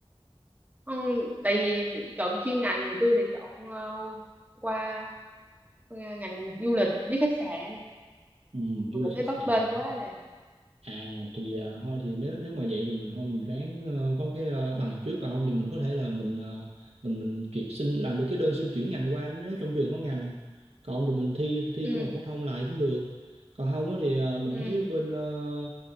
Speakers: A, on the right (about 15°); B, on the right (about 80°).
A: không tại vì chọn chuyên ngành thì tôi đã chọn ờ, qua qua ngành du lịch với khách sạn
B: ừ,
A: mà
B: du lịch
A: cũng thấy
B: khách
A: bấp
B: sạn
A: bênh quá nè
B: À thì
A: ừ
B: ờ, thôi thì nếu nếu mà vậy thì mình thôi mình ráng ờ, có cái ờ, bằng trước còn không thì mình có thể là mình ờ, mình mình ki- xin làm được cái đơn xin chuyển ngành qua nếu trong trường có ngành còn không thì mình thi thi
A: ừ
B: trung học phổ thông lại cũng được còn không á thì ờ, mình
A: ừ
B: thấy bên ờ,